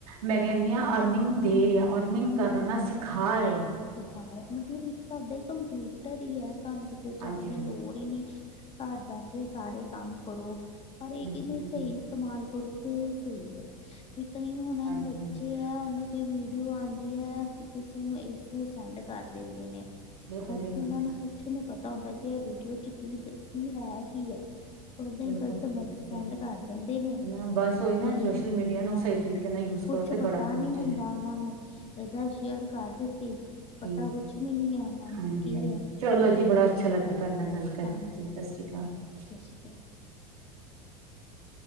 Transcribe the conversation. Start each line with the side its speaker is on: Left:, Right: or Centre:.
Right: ਮੈ ਕੇਨੀਆਂ ਅਰਨਿੰਗ ਦੇ ਰਿਆ ਔਰਨਿੰਗ ਕਰਨਾ ਸਿਖਾ ਰਹੇ
Left: ਸਿਖਾ ਰਿਹਾ ਮਤਲਬ ਇੱਕ ਹਿਸਾਬ ਦਾ ਕੰਪਿਊਟਰ ਹੀ ਹੈ ਸਾਨੂੰ ਕਿਤੇ
Right: ਹਾਂਜੀ
Left: ਜਾਣ
Right: ਹਾਂਜੀ
Left: ਦੀ ਲੋੜ ਹੀ ਨੀ ਘਰ ਬੈਠੇ ਸਾਰੇ ਕੰਮ ਕਰੋ ਪਰ ਇਹ ਹੈ
Right: ਬਿਲਕੁਲ
Left: ਕੀ ਇਹਨੁੰ
Right: ਜੀ
Left: ਸਹੀ
Right: ਬਿਲਕੁਲ
Left: ਇਸਤੇਮਾਲ ਕਰੋ ਇਹ ਸਹੀ ਹੈ ਵੀ ਕਈ ਹੁਣ
Right: ਹਾਂਜੀ
Left: ਬੱਚੇ
Right: ਹਾਂਜੀ
Left: ਐ ਹੁਣ ਕੋਈ ਵੀਡੀਓ ਆਉਂਦੀ ਹੈ ਕਿਸੇ ਨੂੰ ਇਸ ਤਰ੍ਹਾਂ ਹੀ ਸੈਂਡ ਕਰ ਦਿੰਦੇ ਨੇ
Right: ਬਿਲਕੁਲ
Left: ਜਦ
Right: ਜੀ ਬਿਲਕੁਲ
Left: ਕਿ ਉਹਨਾਂ ਨੂੰ ਕੁੱਛ ਨੀ ਪਤਾ ਹੁੰਦਾ ਕਿ ਇਹ ਵੀਡੀਓ ਚ ਕੀ ਦ ਕੀ ਹੈ ਕੀ ਹੈ ਏਦਾਂ
Right: ਬਿਲਕੁਲ
Left: ਹੀ ਗਲਤ
Right: ਜੀ
Left: ਮਲਤ
Right: ਬਿਲਕੁਲ
Left: ਸੈਂਡ
Right: ਸਹੀ ਨਾ
Left: ਕਰ ਦਿੰਦੇ ਨੇ
Right: ਨਾ ਬਸ ਉਹੀ ਨਾ
Left: ਤੇ
Right: ਸੋਸ਼ਲ ਮੀਡੀਆ ਨੂੰ
Left: ਹਾਂ
Right: ਸਹੀ ਤਰੀਕੇ ਨਾਲ ਯੂਜ
Left: ਕੁੱਛ
Right: ਕਰੋ ਤੇ
Left: ਪਤਾ
Right: ਬੜਾ ਕੁਝ
Left: ਨੀ ਹੁੰਦਾ
Right: ਹੈ
Left: ਉਹਨਾਂ ਨੂੰ ਏਦਾਂ ਸ਼ੇਅਰ ਕਰ ਦਿੱਤੀ ਪਤਾ
Right: ਹਾਂ
Left: ਕੁਛ ਵੀ ਨਹੀਂ ਹੈ ਉਹਨਾਂ ਨੂੰ
Right: ਹਾਂਜੀ
Left: ਕੀ
Right: ਹਾਂ
Left: ਹੈ
Right: ਚਲੋ ਜੀ ਬੜਾ ਅੱਛਾ ਲੱਗਾ ਤੁਹਾਡੇ ਨਾਲ ਗੱਲ ਕਰਕੇ
Left: ਹਾਂਜੀ
Right: ਜੀ
Left: ਹਾਂਜੀ
Right: ਸਤਿ ਸ਼੍ਰੀ <unintelligible>
Left: ਸਤਿ ਸ਼੍ਰੀ ਅਕਾਲ
Right: <inaudible>